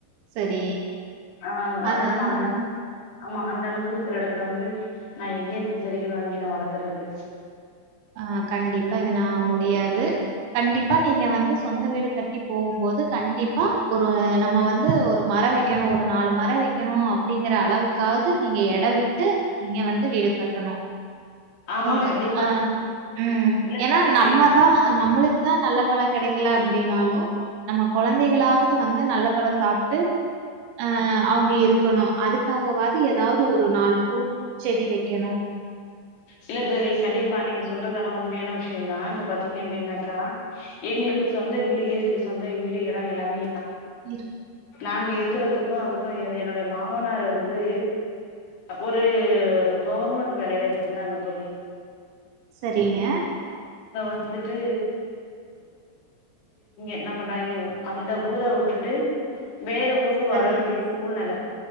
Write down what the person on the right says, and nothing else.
சரி
அது
ம்
ஆஹ் கண்டிப்பா இதுனான் முடியாது கண்டிப்பா நீங்க வந்து சொந்த வீடு கட்டி போகும்போது கண்டிப்பா ஒரு நம்ம வந்து ஒரு மரம் வைக்கணும் ஒரு நாலு மரம் வைக்கணும் அப்படிங்கிற அளவுக்காவது நீங்க இடம் விட்டு நீங்க வந்து வீடு கட்டணும்
உங்களுக்கு
ஆஹ் உம்
ஏன்னா
நம்மதான் நம்மளுக்குதான் நல்ல பழம் கிடைக்கல அப்படின்னாலும் நம்ம குழந்தைகளாவது வந்து நல்ல பழம் சாப்பிட்டு அஹ் அவங்க இரு இருக்கணும் அதுக்காகவது ஏதாவது ஒரு நாலு பூ செடி வைக்கணும்
இருக்கு
செரிங்க
சரி